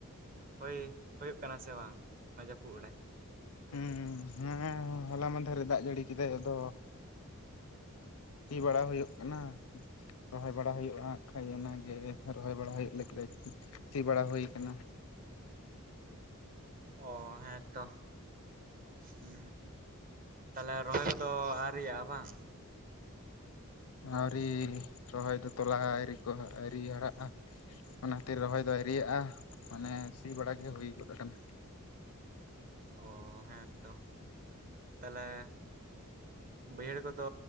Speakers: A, on the right (about 40°); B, on the left (about 80°).
A: ᱦᱳᱭ ᱦᱩᱭᱩᱜ ᱠᱟᱱᱟ ᱥᱮ ᱵᱟᱝ ᱱᱚᱣᱟ ᱡᱟᱹᱯᱩᱫ ᱨᱮ᱾
B: ᱦᱮᱸ ᱦᱮᱸ ᱦᱚᱞᱟ ᱢᱫᱷᱟᱨᱮ ᱫᱟᱜ ᱡᱟᱹᱲᱤ ᱠᱮᱫᱟᱭ ᱟᱫᱚ ᱛᱤ ᱵᱟᱲᱟ ᱦᱩᱭᱩᱜ ᱠᱟᱱᱟ᱾ ᱨᱚᱦᱚᱭ ᱵᱟᱲᱟ ᱦᱩᱭᱩᱜᱼᱟ ᱠᱷᱟᱡ ᱚᱱᱟᱜᱮ ᱨᱚᱦᱚᱭ ᱵᱟᱲᱟ ᱦᱩᱭᱩᱜ ᱞᱟᱹᱜᱤᱫ ᱥᱤ ᱵᱟᱲᱟ ᱦᱩᱭ ᱟᱠᱟᱱᱟ᱾
A: ᱚ ᱦᱮᱸᱛᱚ᱾ ᱦᱩ ᱛᱟᱞᱦᱮ ᱨᱚᱦᱚᱭ ᱠᱚᱫᱚ ᱟᱨᱭᱟᱜᱼᱟ ᱵᱟᱝ?
B: ᱟᱹᱣᱨᱤ ᱨᱚᱦᱚᱭ ᱫᱚ ᱛᱚᱞᱟ ᱟᱹᱨᱤ ᱠᱚ ᱟᱹᱨᱤ ᱦᱟᱨᱟᱜᱼᱟ᱾ ᱚᱱᱟ ᱠᱷᱟᱹᱛᱤᱨ ᱨᱚᱦᱚᱭ ᱫᱚ ᱟᱣᱨᱤᱭᱟᱜᱼᱟ ᱢᱟᱱᱮ ᱥᱤ ᱵᱟᱲᱟ ᱜᱮ ᱦᱩᱭ ᱜᱚᱫ ᱟᱠᱟᱱᱟ᱾
A: ᱚ ᱦᱮᱸ ᱛᱚ ᱛᱟᱦᱚᱞᱮ, ᱵᱟᱹᱭᱦᱟᱹᱲ ᱠᱚᱫᱚ